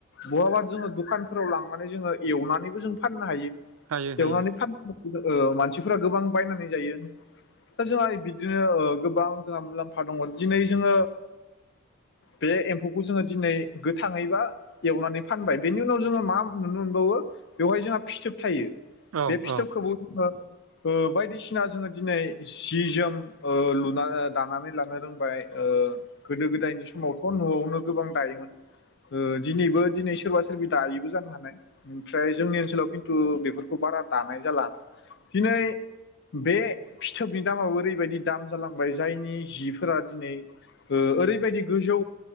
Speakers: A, on the left; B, on the right.
A: बहाबा जोङो दखानफोराव लां माने जोङो एवनानैबो जों फाननो हायो।
B: हायो हायो
A: एवनानै फान <unintelligible> ओ मानसिफोरा गोबां बायनानै जायो। दा‌ जोंहा बिदिनो ओ गोबां जोंहा मुलाम्फा दङ। दिनै जोङो बे एम्फौखौ जोङो दिनै गोथाङै बा एवनानै फानबाय बेनि उनाव जोङो मा नुनो मोनबावो बेवहाय जोंहा फिथोब थायो।
B: औ
A: बे फिथोबखौबो
B: औ
A: ओ ओ बायदिसिना जोङो दिनै सि जोम ओ लुना दानानै लानो रोंबाय। ओ गोदो गोदायनि समावथ' नआवनो गोबां दायोमोन। ओ दिनैबो दिनै सोरबा सोरबि दायबो जानो हाना ओमफ्राय जोंनि ओनसोलाव खिन्थु बेफोरखौ बारा दानाय जाला। दिनै बे फिथोबनि दामाबो ओरैबायदि दाम जालांबाय जायनि जिफोरा दिनै ओ ओरैबायदि गोजौ